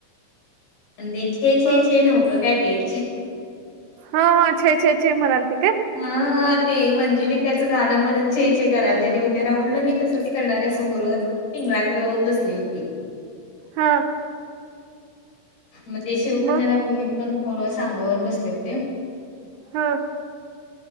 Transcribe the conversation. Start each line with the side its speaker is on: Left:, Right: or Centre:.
Left: आणि ते छ छे
Right: हा
Left: छे नव्हतं काय तेचे
Right: हा हा छे छे छ म्हणाल त काय
Left: हा ते मंजुलिकाचं गाणं म्हण चे छ कराल त्यानी उद्या राऊंडला मी तसंच करणार आहे असं बोलव होत हिंगलाकरवत बसली होती
Right: हा
Left: मग ते शिवकन्याला
Right: मग
Left: मी पण फोन व सांगोत बसले होते
Right: हम्म